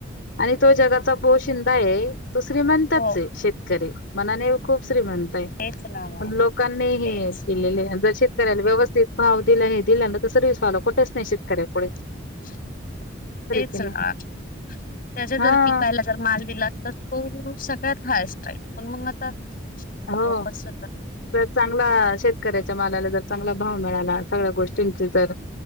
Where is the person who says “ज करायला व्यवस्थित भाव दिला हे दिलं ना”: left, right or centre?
Left